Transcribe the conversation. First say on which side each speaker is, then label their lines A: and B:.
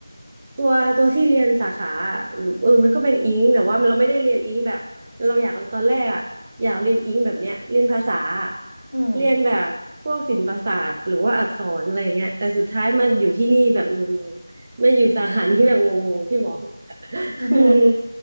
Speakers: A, on the right (about 15°); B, on the right (about 60°).
A: ตัวตัวที่เรียนสาขาอะหรือเออมันก็เป็นอิงแต่ว่าเราไม่ได้เรียนอิงแบบเราอยากตอนแรกอะอยากเรียนอิงแบบเนี้ยเรียนภาษาอะ
B: อืม
A: เรียนแบบพวกศิลปศาสตร์หรือว่าอักษรอะไรอย่างเงี้ยแต่สุดท้ายมาอยู่ที่นี่แบบงงๆมาอยู่สาขานี้แบบงงๆที่บอก <laughs>
B: <laughs>
A: อืม